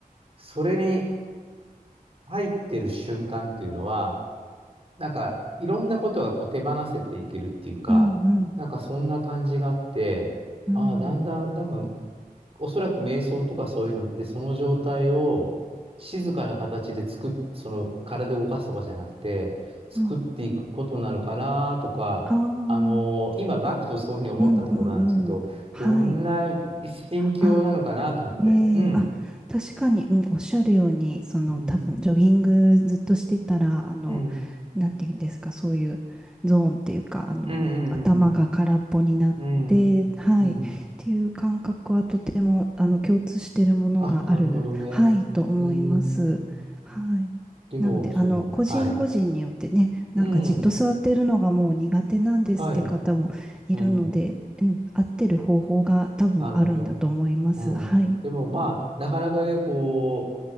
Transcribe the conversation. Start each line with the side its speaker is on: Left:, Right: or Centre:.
Right: それに入ってる瞬間っていうのは、なんかいろんなことがこう手放せていけるっていうか、
Centre: うんうん。
Right: なんかそんな感じがあって、
Centre: うん。
Right: ああ、だんだん多分、おそらく瞑想とかそういうのって、その状態を静かな形で作っ、その体を動かすとかじゃなくて、作っていくことなのかなとか、
Centre: うん。ああ。
Right: あのー今、バクとそういうふうに思ったところなんですけど、
Centre: うんうんうん。はい。
Right: どんな心境なのかなと思って。
Centre: あええあ、
Right: うん。
Centre: 確かに、うん、おっしゃるように、その、
Right: うん。
Centre: 多分、ジョギングずっとしてたら、あの、
Right: うん。
Centre: なんていうんですか、そういうゾーンっていうか、あの、
Right: うん。うん。
Centre: 頭が空っぽになって、
Right: うん。うん
Centre: はい、
Right: うん。
Centre: っていう感覚はとても、あの、共通しているものがある、
Right: あ、なるほどね。
Centre: はい、と思います。
Right: うーん。
Centre: はい。
Right: でも、
Centre: なので、
Right: その、
Centre: あの、個人個人によってね、
Right: はい。うん。
Centre: なんかじっと座ってるのがもう苦手なんですっていう方もいるので、
Right: はい。うん。
Centre: うん、合ってる方法が多分あるんだと思います。
Right: なるほど。うん。
Centre: はい。
Right: でもまあ、なかなかね、こ